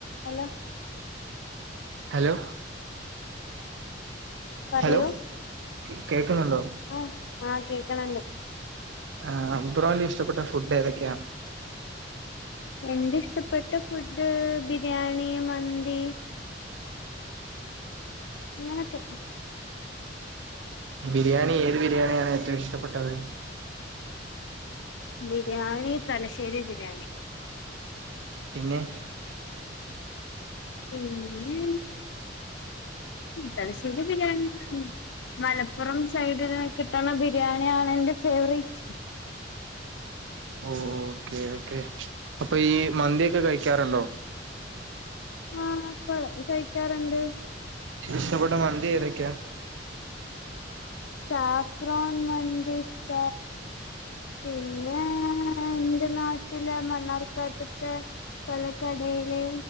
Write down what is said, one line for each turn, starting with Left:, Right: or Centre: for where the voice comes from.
Left: hello
Right: hello
Left: പറയൂ
Right: Hello കേക്കുന്നുണ്ടോ
Left: ആഹ് ആഹ് കേക്ക്‌ണ് ണ്ട്
Right: ആഹ് അബ്രോലി ഇഷ്ടപ്പെട്ട ഫുഡ് ഏതൊക്കെയാണ്
Left: എന്റെ ഇഷ്ടപ്പെട്ട ഫുഡ് ബിരിയാണി മന്തി അങ്ങനൊക്കെ
Right: ബിരിയാണി ഏത് ബിരിയാണിയാണ് ഏറ്റവും ഇഷ്ടപ്പെട്ടത്?
Left: ബിരിയാണി തലശ്ശേരി ബിരിയാണി
Right: പിന്നെ
Left: പിന്നെ തലശ്ശെരി ബിരിയാണി ന്നെ മലപ്പുറം സൈഡിൽ കിട്ടണ ബിരിയാണിയാണ് എന്റെ ഫേവറേറ്റ്
Right: ഓ ഓക്കേ ഓക്കേ അപ്പൊ ഈ മന്തിയോക്കെ കഴിക്കാറുണ്ടോ
Left: ആഹ് കഴിക്കാറുണ്ട്
Right: ഇഷ്ടപ്പെട്ട മന്തി ഏതൊക്കെയാ?
Left: സാഫറോൺ മന്തി ഇഷ്ട പിന്നെ എന്റെ നാട്ടില് മണ്ണാർക്കാട്ട്ത്തെ പല കടയിലെ